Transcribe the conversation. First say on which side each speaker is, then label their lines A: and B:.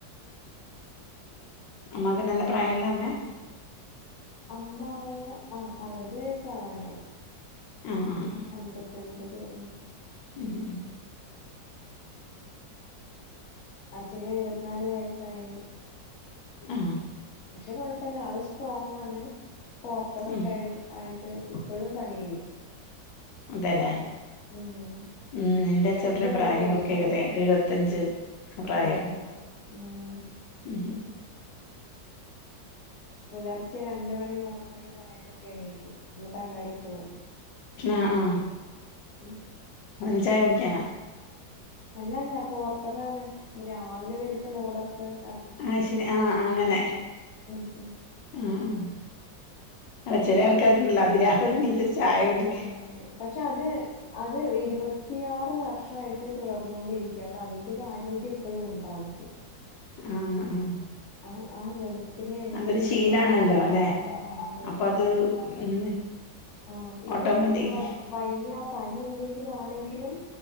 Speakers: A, on the left; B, on the left.
A: അമ്മക്കെ നല്ല
B: പിന്നെ
A: പ്രായള്ള മ്മെ?
B: അമ്മ ആ അറുപത് വയസാവാനായി
A: ആഹ ആഹ്
B: അമ്പത്തൊൻപത് ഉം
A: ഉം ഹ് ഹ്
B: അച്ഛന് എഴുപത് നാല് വയസ്സായി.
A: ആഹ്
B: പക്ഷെ കുഴപ്പല്ല ആള് സ്ട്രോങാണ്. പോർട്ടറൊക്കെ
A: ഉം
B: ആയി ആയിട്ട് ഇപ്പഴും പണി ചെയ്യും.
A: അതെല്ലേ
B: ഉം
A: ഉം എന്റെ അച്ചൂട്ടന്റെ
B: രണ്ട് മണിക്ക്
A: പ്രായം
B: എണീക്കും
A: ഒക്കെ തെ എഴുപത്തഞ്ച് ആ പ്രായാണ്
B: ഉം ഉം
A: ഉം ഹും
B: പുലർച്ചെ രണ്ട് മണി മൂന്ന് മണി സമയത്തൊക്കെ എണീക്കും ഇന്നട്ട് അങ്ങാടി പോവും
A: ആഹ് ആഹ്
B: ഉം
A: അന്തിന്, ചായ കുടിക്കാനാ?
B: അല്ലല്ല പോർട്ടറാണ്. അപ്പ രാവിലെ വരുന്ന ലോഡൊക്കെ എറ
A: അഹ് ശരി ആഹ് അങ്ങനെ.
B: ഉം ഉം
A: ആഹ് ആഹ് അല്ല ചെലേ ആൾക്കാർക്ക്ണ്ടല്ലോ അതി രാവിലെ ണീച്ചൊരു ചായ കുടി
B: അതെ അതെ പക്ഷെ അത് അത് ഇരുപത്തിയാറ് വർഷായിട്ട് തുടർന്നുകൊണ്ടിരിക്യാ അപ്പൊ അതിൻ്റൊരു ആരോഗ്യം ഇപ്പഴും ഉണ്ട് ആൾക്ക്
A: ആഹ് ആഹ്
B: ആ ആ വെളു പ്പിനെ എണീറ്റിട്ട്ള്ള
A: അതൊരു ശീലാണല്ലോ
B: ആ ഒരു
A: അല്ലെ
B: ആഹ് ആഹ് അതെയതെ
A: അപ്പൊ അത്
B: ഇപ്പൊ
A: അങ്ങനെ
B: ആഹ് ഇപ്പ
A: ഓട്ടോമാറ്റിക്
B: ഇനി പ വല്ല വയ്യ പനി എന്തെങ്കിലും ആണെങ്കിലും